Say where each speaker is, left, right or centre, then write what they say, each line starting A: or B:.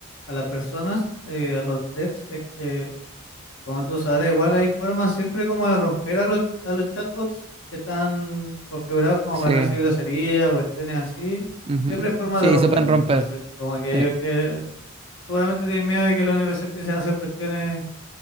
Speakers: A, on the left; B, on the right.
A: a las personas, eh, a los devs, es que Como tú sabrás, igual hay formas siempre como de romper a los, a los chatbots que están configurados como
B: sí.
A: para no decir groserías o cuestiones así.
B: ujú,
A: Siempre hay formas
B: Sí,
A: de romperlo.
B: se pueden romper.
A: Entonces, como que
B: Sí.
A: ellos que seguramente tienen miedo de que los NPC empiecen a hacer cuestiones